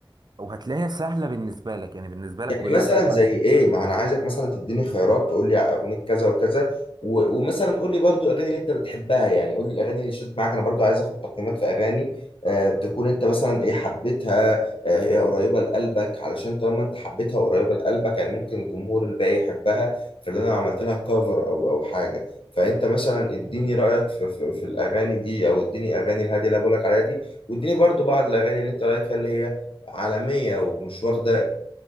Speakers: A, on the right; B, on the left.
A: وهتلاقيها سهلة بالنسبة لك يعني بالنسبة لك
B: يعني
A: وبالنسبة
B: مثلا زي ايه ما انا عايزك مثلا تديني خيارات تقول لي اغنيه كذا وكذا و- ومثلا قول لي برضو الاغاني اللي انت بتحبها يعني قول لي الاغاني اللي شدت معاك انا برضو عايز اخد تقييمات في اغاني آه تكون انت مثلا ايه حبيتها آه هي قريبه لقلبك علشان طالما انت حبيتها وقريبه لقلبك يعني ممكن الجمهور الباقي يحبها فاللي انا عملت لها كفر او او حاجه فانت مثلا اديني رايك في, في, في الاغاني دي او اديني اغاني الهاديه اللي أنا بقولك عليها دي واديني برضو بعض الاغاني اللي انت رايك فيها اللي هي عالميه ومش واخده